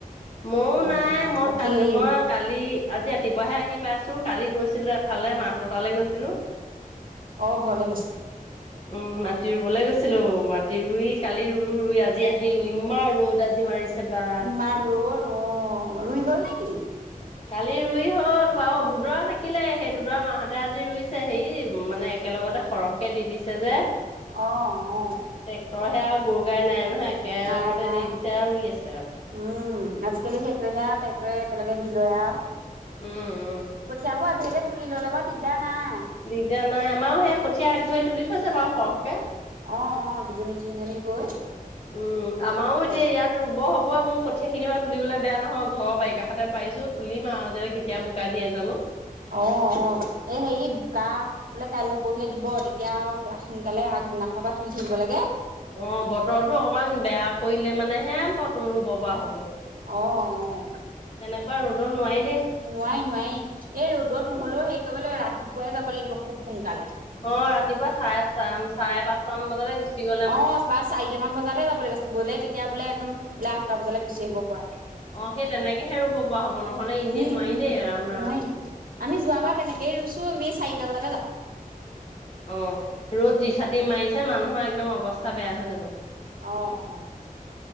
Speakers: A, on the left; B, on the right.
A: ময়ো
B: অ
A: নাই
B: অ
A: মই
B: বাকী
A: কালি
B: হেৰি
A: মই কালি আজি ৰাতিপুৱাহে আহি পাইছো কালি গৈছিলো এফালে মাহঁতৰ তালৈ গৈছিলো
B: অ ঘৰলে গৈছিলে
A: উম মাটি ৰুবলে গৈছিলো মাটি ৰুই কালি ৰুলো ৰুই আজি আহিলো ইমান ৰ'দ আজি মাৰিছে বা
B: ইমান ৰ'দ অ ৰুই হ'ল নেকি
A: কালি ৰুই হল বাৰু দুডৰা থাকিলে সেই দুডৰা মাহতে আজি ৰুইছে হেৰি মানে একেলগতে সৰহকে দি দিছে যে
B: অ অ
A: ট্ৰেক্টৰহে আৱ গৰু গাই নাই নহয় একেলগতে
B: নাই নাই
A: দি দিছে আৱ ৰুই আছে আৱ
B: উম আজিকালি সেইটোহে আৱ ট্ৰেক্টৰে একেলগে দি লয় আৱ
A: উম উম
B: কঠিয়াবোৰ আগধৰিতে তুলি ল'লে বাৰু দিগদাৰ নাই
A: দিগদাৰ নাই আমাৰো সেই কঠীয়া আগ ধৰি তুলি থৈছে বাৰু সৰহকে
B: অ অ দুজনী তিনিজনী গৈ
A: উম আমাৰো এতিয়া
B: অ
A: ইয়াত ৰুব হবই মোৰ কঠিয়া খিনি সেইখিনি বাৰু তুলিবলে বেয়া নহয় ঘৰৰ বাৰীৰ কাষতে পাৰিছো তুলিম আৱ যে কেতিয়া বোকা দিয়ে জানো
B: অ অ এ হেৰি বোকা বোলে কাইলে পৰহিলে দিব তেতিয়া আৱ সোনকালে আগদিনাখনৰ পৰা তুলি থাকিব লাগে
A: অ বতৰটো অকমান বেয়া কৰিলে মানে হে ব ৰুব পৰা হ'ব
B: অ অ
A: এনেকুৱা ৰ'দত নোৱাৰি দেই
B: নোৱাৰি নোৱাৰি এই ৰ'দত নহ'লেও হেৰি কৰিব লাগিব ৰাতিপুৱাই যাব লাগিব খুব সোনকালে
A: অ ৰাতিপুৱা চাই চাম চাৰে পাঁচটা মান বজাতে গুচি গ'ল
B: অ বা চাৰিটামান বজাতে যাব লাগিব গ'লে তেতিয়া বোলে একদম বোলে আঠটা বজালে গুচি আহিব পৰাকে
A: অ সেই তেনেকেহে ৰুব পৰা হব নহলে এনেই
B: উম
A: নোৱাৰি
B: উম
A: দেই ৰাম
B: নোৱাৰি
A: ৰাম
B: আমি যোৱাবাৰ তেনেকেই ৰুইছো আমি চাৰিটা বজাতে যাওঁ
A: অ ৰ'দ যি চাটি মাৰিছে মানুহৰ একদম অৱস্থা বেয়া হৈ যাব
B: অ অ